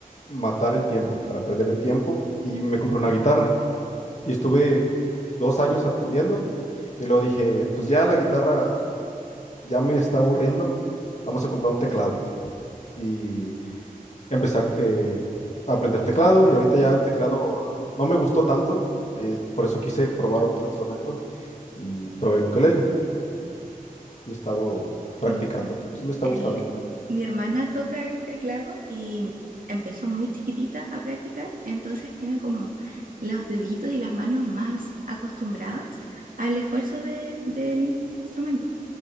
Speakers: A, on the left; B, on the right.
A: matar el tiempo, para perder el tiempo, y me compré una guitarra. Y estuve dos años aprendiendo, y luego dije, pues ya la guitarra ya me está aburriendo, vamos a comprar un teclado. Y empecé a, eh, a aprender teclado, y ahorita ya el teclado no me gustó tanto, eh, por eso quise probar otro instrumento, y probé el ukelele, y he estado practicando.
B: Mm,
A: Sí me está
B: El,
A: gustando.
B: mi hermana toca el teclado y empezó muy chiquitita a practicar, entonces tiene como los deditos y las manos más acostumbradas al esfuerzo de- del instrumento.